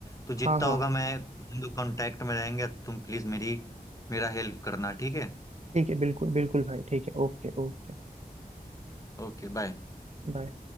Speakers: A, on the left; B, on the right.
A: तो जितना
B: हाँ हाँ
A: होगा मैं हम लोग कांटेक्ट में रहेंगे तुम प्लीज मेरी मेरा हेल्प करना ठीक है
B: ठीक है बिल्कुल बिल्कुल भाई ठीक है Okay okay
A: Okay bye
B: बाय